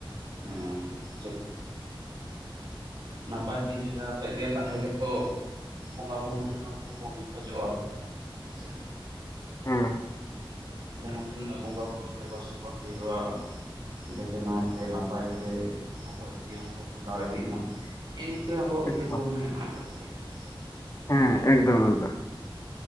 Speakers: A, on the right; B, on the left.
A: ᱦᱮᱸ ᱪᱮᱫ ᱱᱟᱯᱟᱭ ᱛᱤ ᱡᱟᱸᱜᱟ ᱟᱛᱮᱜ ᱜᱮ ᱛᱟᱦᱮᱸ ᱜᱮᱛᱚ ᱵᱚᱸᱜᱟ ᱵᱩᱨᱩ ᱴᱷᱮᱱ ᱟᱵᱚ ᱦᱚᱸᱵᱚᱱ ᱠᱷᱚᱡᱚᱜᱼᱟ᱾ ᱦᱮᱸ ᱥᱮ
B: ᱦᱮᱸ
A: ᱡᱟᱦᱟᱸ ᱛᱤᱱᱟᱹᱜ ᱵᱚᱸᱜᱟ ᱵᱩᱨᱩ ᱫᱮᱵᱟ ᱥᱮᱵᱟ ᱦᱩᱭᱩᱜᱼᱟ᱾ ᱡᱟᱛᱮ ᱱᱟᱭ ᱛᱮ ᱱᱟᱯᱟᱭ ᱛᱮ ᱟᱵᱚᱣᱟᱜ ᱡᱤᱭᱚᱱ ᱠᱚ ᱠᱷᱟᱸᱰᱟᱣ ᱤᱫᱤᱜ ᱢᱟ᱾ ᱦᱮ ᱱᱤᱝᱠᱟᱹ ᱟᱵᱚᱣᱟᱜ ᱩᱭᱦᱟᱹᱨ
B: ᱮᱠᱫᱚᱢ
A: ᱵᱷᱟᱵᱽᱱᱟ ᱦᱮᱱᱟᱜ ᱟᱠᱟᱜ ᱜᱮᱭᱟ ᱦᱮᱸ ᱥᱮ᱾
B: ᱦᱮᱸ ᱮᱠᱫᱚᱢ ᱮᱠᱫᱚᱢ